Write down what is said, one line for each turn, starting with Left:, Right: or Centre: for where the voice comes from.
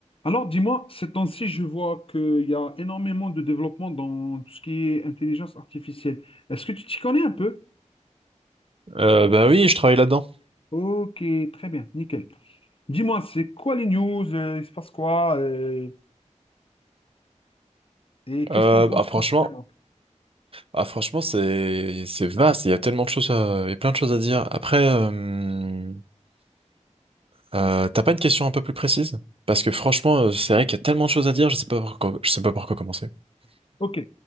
Left: Alors, dis-moi, ces temps-ci, je vois qu'il y a énormément de développement dans tout ce qui est intelligence artificielle. Est-ce que tu t'y connais un peu?
Right: Euh, bah oui, je travaille là-dedans.
Left: Ok, très bien, nickel. Dis-moi, c'est quoi les news? euh, il se passe quoi? euh, et qu'est-ce
Right: Euh,
Left: que t'en penses
Right: ah franchement,
Left: précisément?
Right: ah franchement, c'est c'est vaste. Il y a tellement de choses, à- il y a plein de choses à dire. Après, euh, euh, t'as pas une question un peu plus précise? Parce que franchement, euh, c'est vrai qu'il y a tellement de choses à dire. Je sais pas par quoi, je sais pas par quoi commencer.
Left: Ok,